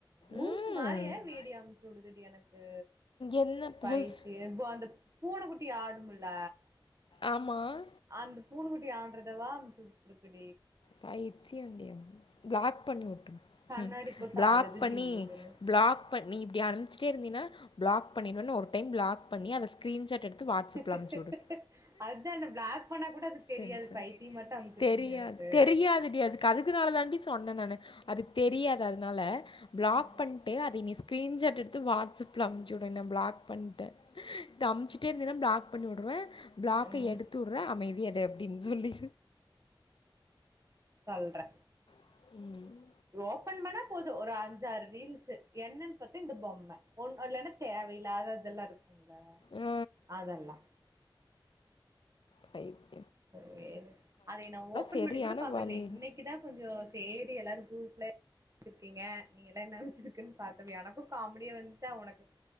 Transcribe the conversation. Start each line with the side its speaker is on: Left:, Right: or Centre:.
Right: லூசு
Left: ம்
Right: மாதிரியே வீடியோ அமைச்சு உடுதுடி எனக்கு.
Left: என்ன
Right: பைத்தியோ
Left: பேச
Right: இப்ப அந்த பூனக்குட்டி ஆடும்ல.
Left: ஆமாம்
Right: அந்த பூனக்குட்டி ஆடுறததா அமுச்சு உட்டுட்டு இருக்கு டி.
Left: பைத்தியன்டி அவ பிளாக் பண்ணி உட்று
Right: கண்ணாடி
Left: உஹம்.
Right: போட்டு
Left: பிளாக்
Right: ஆடுது
Left: பண்ணி
Right: ஜிங்கு ஜிங்குன்னு
Left: பிளாக் பண்ணி இப்டி அனுச்சுட்டே இருந்தீன்னா. பிளாக் பண்ணிருவனு ஒரு டைம் பிளாக் பண்ணி அத ஸ்கிரீன்சாட் எடுத்து. வாட்ஸ்அப்பில்
Right: ஹஹேஹேஹ
Left: அனுப்பிச்சி விடு
Right: அதுதான் என்ன பிளாக் பண்ணக் கூட அதுக்கு தெரியாது
Left: டென்ஷன்
Right: பைத்தியமாட்ட அமுச்சுட்டுருந்தது
Left: தெரியாது
Right: எனக்கு.
Left: தெரியாதுடி அதுக்கு அதுக்குனாலதான்டி சொன்ன நானு அதுக்கு. தெரியாது அதனால. பிளாக்
Right: ம்
Left: பண்ட்டு அதை நீ சொல். ஸ்கிரீன்சாட் எடுத்து வாட்ஸ் ஆப்ல அம்சிவுடு என்ன பிளாக் பண்ட்ட. இத அம்ச்சுட்டே இருந்தீன்னா பிளாக் பண்ணிடுவ. பிளாக்க
Right: ம்
Left: எடுத்துற்ற அமைதியாரு. டு அப்டின்னு சொல்லி.
Right: சொல்ற.
Left: உம்.
Right: ஓப்பன் பண்ணா போது ஒரு அஞ்சாறு ரீல்ஸ்சு. என்னன்னு பாத்தா இந்த பொம்ம ஒன்னு இல்லைன்னா தேவ இல்லாதது இதெல்லாம் இருக்கும்ல
Left: ஆ
Right: அதெல்லா.
Left: பைத்.
Right: சேரி அதை நான் ஓபன்
Left: சரியான
Right: பண்ணி கூட பாக்குறதில்ல
Left: வலி.
Right: இன்னைக்குதான் கொஞ்சோ. சேரி. எல்லாரும் கூட்ல. வச்சிருக்கீங்க நீங்கெல்லா என்ன வச்சிருக்குன்னு பார்த்தது எனக்கும் காமெடியா வந்துச்சா உனக்குக்கு